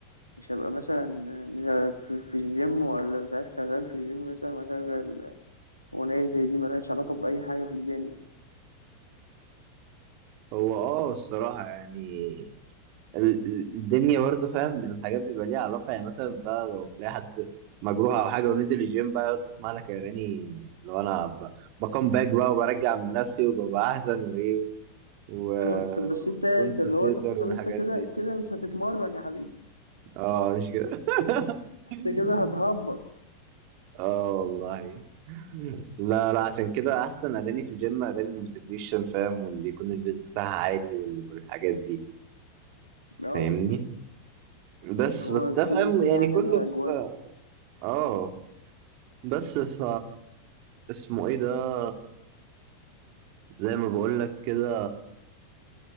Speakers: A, on the left; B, on the right.
A: مش هبقى مثلا مش هبقى في, في الجيم ولا مش عارف شغال في الجيم مثلا وأشغل أغنية زي دي ملهاش علاقة بأي حاجة في الدنيا
B: هو اه الصراحه يعني ال- ال- الدنيا برضو فاهم الحاجات بيبقى ليها علاقة يعني مثلا بقى لو تلاقي حد مجروح أو حاجة ونزل الجيم بقى يقعد يسمع لك أغاني لو أنا ب- بكم باك بقى وبرجع من نفسي وببقى أحسن وإيه و...
A: طب طب بس أنت أنت
B: وأنت
A: اللي
B: تقدر
A: هو
B: والحاجات
A: طب أنت كده
B: دي
A: كده مش هتتمرن يا حبيبي
B: أه مش كده <laughs>
A: أنت كده هتهبط
B: أه والله لا لا عشان كده أحسن أغاني في الجيم أغاني الموتيفيشن فاهم واللي يكون البيز بتاعها عالي وال... والحاجات دي
A: اه
B: فاهمني
A: بالظبط
B: بس
A: هو
B: بس ده
A: كل
B: فاهم
A: كل
B: يعني
A: حاجة
B: كله
A: ليها
B: في
A: أجواء
B: اه بس ف اسمه ايه ده زي ما بقول لك كده